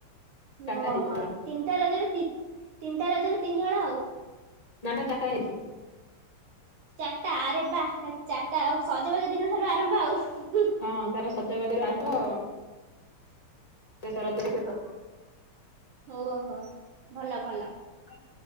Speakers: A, on the left; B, on the right.
A: ଚାରିଟା
B: ଓହୋ
A: ହେଇଛି ତାର
B: ତିନିଟା ରଜରେ ତିନ ତିନିଟା ରଜରେ ତିନିହଳା ଆଉ।
A: ନା ତାର ଚାରଟା ହେଇଚି।
B: ଚାରଟା ଆରେ ବା ଚାରଟା ଆଉ ସଜବାଜ ଦିନ ଠାରୁ ଆରମ୍ଭ ଆଉ।
A: ହଁ ତାର ସଜାବାଜ ରୁ ଆରମ୍ଭ ଆଉ। ସେ ସାରା ଡ୍ରେସ ତ।
B: ଓହୋ ଭଲ ଭଲ।
A: ଖ